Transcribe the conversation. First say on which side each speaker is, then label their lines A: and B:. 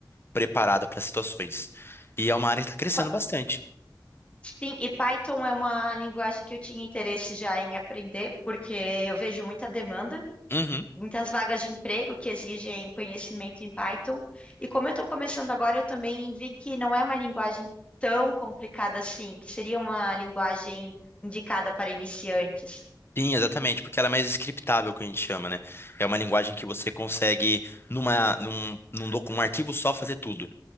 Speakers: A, on the left (about 30°); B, on the left (about 15°).
A: preparada para situações e é uma área que está crescendo
B: Pa-
A: bastante.
B: Sim, e Python é uma linguagem que eu tinha interesse já em aprender, porque eu vejo muita demanda.
A: Uhum.
B: muitas vagas de emprego que exigem conhecimento em Python. E como eu estou começando agora, eu também vi que não é uma linguagem tão complicada assim, que seria uma linguagem indicada para iniciantes.
A: Sim, exatamente, porque ela é mais scriptável, que a gente chama, né? É uma linguagem que você consegue, numa, num, num, docu- um arquivo só, fazer tudo.